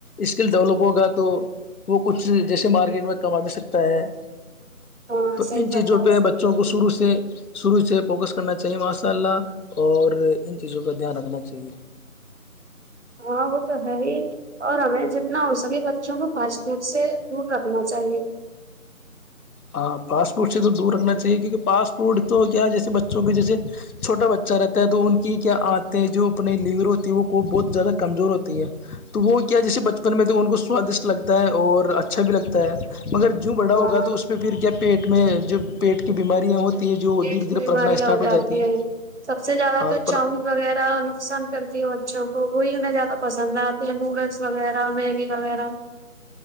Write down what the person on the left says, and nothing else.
اسکل ڈیولپ ہوگا تو وہ کچھ جیسے مارکیٹ میں کما بھی سکتا ہے
تو
ان چیزوں
پہ
بچے بچوں کو شرع سے شروع سے فوکس کرنا چاہیے ماشاء اللہ اور ان چیزوں کا دھیان رکھنا چاہیے
ہاں پاسپورٹ سے تو دور رکھنا چاہیے کیونکہ پاسپورٹ تو کیا ہے جیسے بچوں کے جیسے چھوٹا بچہ رہتا ہے تو ان کی کیا عتےتیں جو اپنے لیور ہوتی ہے وہ کو بہت زیادہ کمزور ہوتی ہے تو وہ کیا جیسے بچپن میں تو ان کو سوادشٹ لگتا ہے اور اچھا بھی لگتا ہے مگر جووں بڑا
ہوگا تو اس پہ پھر کیا پیٹ میں جو پیٹ کی بیماریاں ہوتی ہے جو
دھیرے دھیرے
پرپنا اسٹارٹ
ہے
ہاں
پر